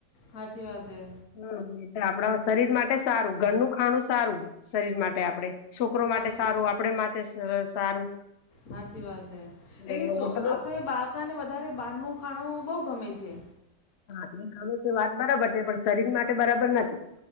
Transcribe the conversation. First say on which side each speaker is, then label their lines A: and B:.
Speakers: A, on the left; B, on the left.
A: સાચી વાત હે
B: હમ્મ એટલે આપણા શરીર માટે સારું ઘરનું ખાણું સારું શરીર માટે આપડે છોકરો
A: સાચી
B: માટે સારું આપડે માટે સારું
A: હાચી વાત હે લેકિન
B: એટલે
A: સો
B: હોટલો
A: આપણે બાળકાને વધારે બહારનું ખાણું બહુ ગમે છે.
B: હા એ ગમે છે વાત બરાબર છે પણ શરીર માટે બરાબર નથી.